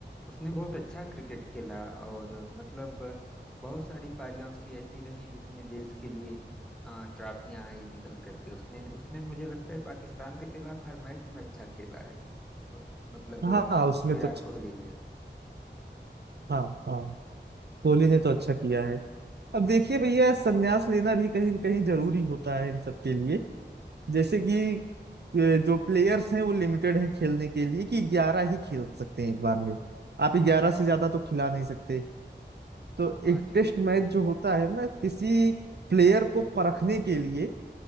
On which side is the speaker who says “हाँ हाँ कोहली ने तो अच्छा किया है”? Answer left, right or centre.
Right